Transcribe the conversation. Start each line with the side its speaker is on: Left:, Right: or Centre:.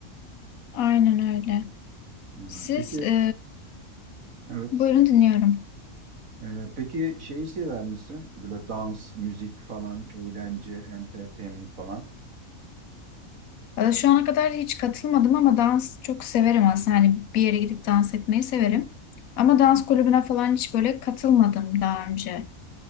Left: Aynen öyle.
Right: Ona-
Left: Siz
Right: Peki
Left: e,
Right: evet.
Left: buyurun dinliyorum.
Right: Ee, peki şeyi sever misin? Böyle dans, müzik falan, eğlence, entertainment falan.
Left: Valla Şu ana kadar hiç katılmadım ama dans çok severim aslında. Hani bir yere gidip dans etmeyi severim. Ama dans kulübüne falan hiç böyle katılmadım daha önce.